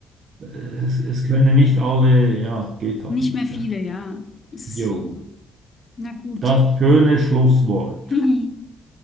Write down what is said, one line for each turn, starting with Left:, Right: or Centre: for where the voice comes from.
Right: äh, es, es können nicht alle, ja, geht halt
Left: nicht
Right: nicht.
Left: mehr viele,
Right: ja.
Left: ja. Ist,
Right: Jo,
Left: ja, na gut.
Right: das schöne Schlusswort.
Left: <laughs>